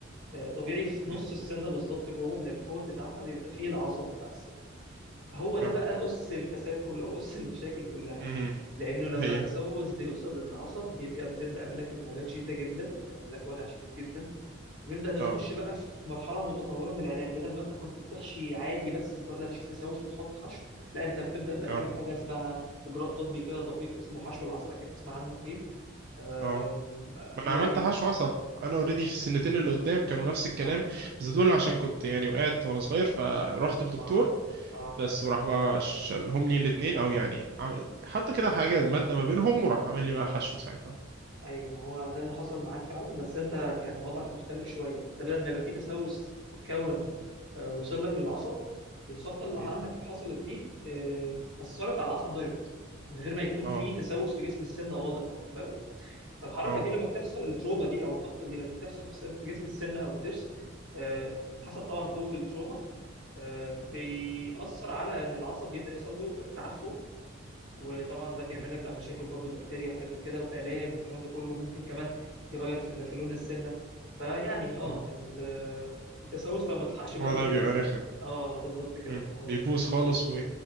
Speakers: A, on the right; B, on the right.
A: آه، طبيعي في
B: امم
A: نص
B: امم
A: السنه بالظبط جوه من الكور بتاعها بيبقى فيه العصب بتاع السن هو ده
B: اه
A: بقى قص الفساد كله او قص المشاكل كلها
B: امم
A: لانه لما
B: هي
A: التسوس بيوصل للعصب بيبقى بنبدا يعمل لك التهابات شديده جدا بيعمل لك وجع شديد جدا ونبدا نتخش
B: اه
A: بقى في مرحله متطوره من العلاج بدل ما انت كنت بتحشي عادي بس مجرد هتشيل تسوس وتحط حشو لا انت بتبدا بقى
B: اه
A: تعمل حاجه اسمها اجراء طبي كده دقيق اسمه حشو العصب اكيد تسمع عنه اكيد أم،
B: اه ما
A: يعني
B: انا عملت حشو عصب انا اوريدي في السنتين اللي قدام كانوا نفس الكلام
A: اه
B: بس دول عشان كنت يعني وقعت وانا صغير فرحت للدكتور
A: اه اه
B: بس وراح بقى شالهم لي الاتنين او يعني عمل حط كده حاجة مادة ما بينهم وراح عامل لي بقى حشو ساعتها
A: ايوه ما هو ده اللي حصل معاك فعلا بس انت كان وضعك
B: مم.
A: مختلف شويه انت بدل ما يبقى فيه تسوس اتكون آه، وصل لك للعصب الخبطه اللي
B: مم.
A: عندك اللي حصلت دي آه، اثرت على العصب دايركت من غير ما يكون
B: اه
A: فيه تسوس في جسم السنه واضح واخد بالك فالحركه
B: اه
A: دي لما بتحصل التروما دي او الخبطه دي لما بتحصل في سن- في جسم السنه او الضرس آه،
B: مم.
A: حسب طبعا قوه التروما آه، بيأثر على ان العصب بيبدا يحصل له تعفن وطبعا ده بيعمل
B: مم.
A: لك بقى مشاكل برضو بكتيريا وحاجات زي كده والام والكلام ده كله وممكن كمان يغير في في لون السنه فيعني اه
B: مم.
A: ال- التسوس لو ما تلحقش
B: الموضوع
A: بدري
B: بيبقى
A: للاسف
B: رخم
A: اه بالظبط كده
B: مم.
A: الموضوع
B: بيبوظ
A: بيبقى رخم
B: خالص
A: قوي
B: و